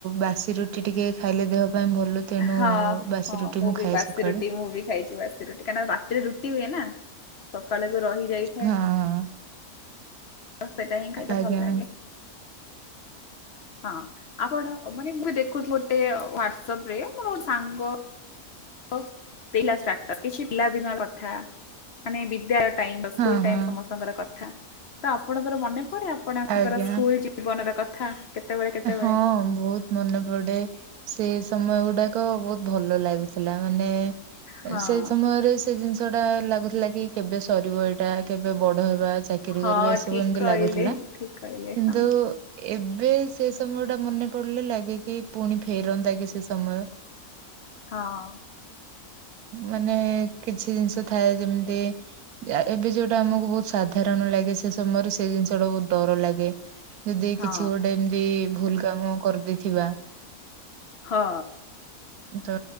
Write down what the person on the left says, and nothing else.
ହଁ
ହଁ
ମୁଁ ବି
ବାସି
ରୁଟି ମୁଁ ବି ଖାଇଛି ବାସି <inaudible> ରୁଟି କାହିଁକି ନା ରାତିରେ ରୁଟି ହୁଏ ନା, ସକାଳକୁ ରହିଯାଇ
ତ ସେଇଟା ହିଁ ଖାଇଲେ
ଭଲ ଲାଗେ ହଁ। ଆପଣ ମାନେ ମୁ ଦେଖୁଥିଲୁ ଗୋଟେ ହ୍ୱାଟସପ ରେ ମୋରୋ ସାଙ୍ଗ ଓ ଦେଇଥିଲା ଷ୍ଟାଟସ୍ କିଛି ପିଲାଦିନ କଥା ମାନେ ବିଦ୍ୟା ପାଇଁ ତ ସ୍କୁଲ୍
ଟାଇମ
ସମସ୍ତଙ୍କର କଥା ତ ଆପଣଙ୍କର ମନେ ପଡେ ଆପଣଙ୍କର
ସ୍କୁଲ୍ ଯିବା ଟା ଜୀବନର କଥା କେତେବେଳେ କେତେବେଳେ?
ହଁ
ହଁ
ଠିକ
କହିଲେ
ଠିକ କହିଲେ
ହଁ।
ହଁ।
ହଁ
ହଁ